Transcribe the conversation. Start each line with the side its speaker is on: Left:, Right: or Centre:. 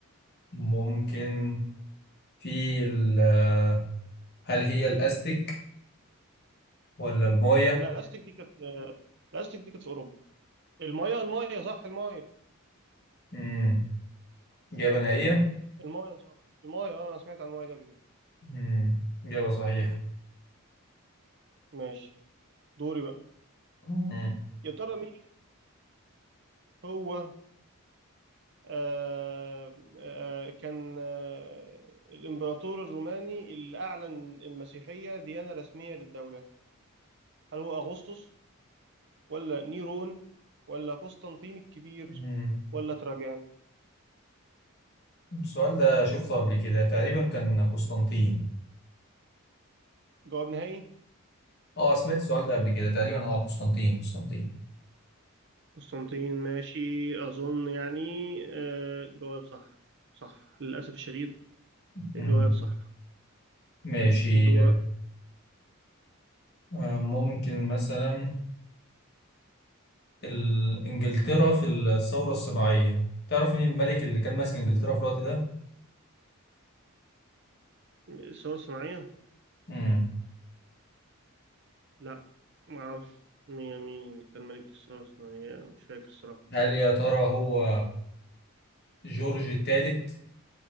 Left: ممكن في ال- آه، هل هي الأزتك ولا المايا؟
Right: لا الاستك دي كانت الاستك دي كانت في اوروبا المايه المايه صح المايه
Left: مم. إجابة نهائية؟
Right: المايه ان شاء الله المايه آه، انا سمعت عن المايه دي قبل كده
Left: مم. إجابة صحيحة
Right: ماشي دوري بقى
Left: مم.
Right: يا ترى مين هو آه آه كان آه الامبراطور الروماني اللي اعلن المسيحيه ديانه رسميه للدوله هل هو اغسطس ولا نيرون ولا قسطنطين الكبير
Left: مم.
Right: ولا تراجان
Left: السؤال ده شفته قبل كده تقريبا كان قسطنطين
Right: جواب نهائي
Left: اه سمعت السؤال ده قبل كده تقريبا اه قسطنطين قسطنطين
Right: قسطنطين ماشي أظن يعني آه، جواب صح صح للأسف الشديد الجواب
Left: مم.
Right: صح
Left: ماشي
Right: دورك
Left: آه، ممكن مثلا ال- انجلترا في الثورة الصناعية تعرف مين الملك اللي كان ماسك انجلترا في الوقت ده؟
Right: الثورة الصناعية؟
Left: مم.
Right: لا معرفش مين مين اللي كان ملك الثورة الصناعية مش فاكر الصراحة
Left: هل يا ترى هو جورج الثالث